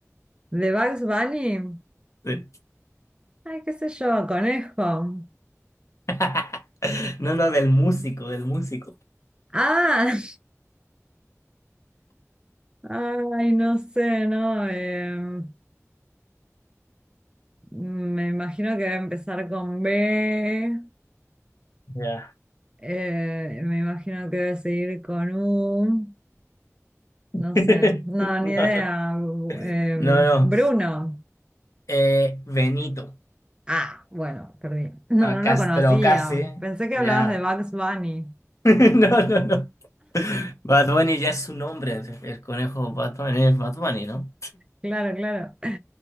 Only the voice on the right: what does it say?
¿De Bugs Bunny?
Ay, qué sé yo, conejo.
Ah, <laughs> ay, no sé, ¿no? Em, me imagino que va a empezar con B.
eh, me imagino que debe seguir con U.
No sé, no,
ni idea.
Bu- em,
Bruno.
Ah, bueno, perdí. No,
no
lo conocía.
Pensé que
hablabas de Bugs Bunny.
Claro, claro.